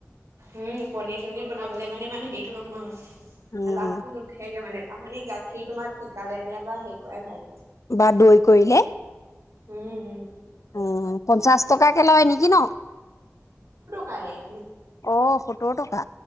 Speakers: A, on the right; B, on the left.
A: উম পনীৰ চনীৰ বনাবলে মানে ইমান হেইটো নহয়
B: উম
A: লাাভটো নুঠেগে মানে তাৰ সলনি গাখীৰ তোমাৰ ঠিকালে দিয়া বা হেৰি কৰাই ভাল
B: বা দৈ কৰিলে
A: উম উম
B: উম পঞ্চাশ টকাকে লয় নেকি ন
A: পায়
B: অঁ সতৰ টকা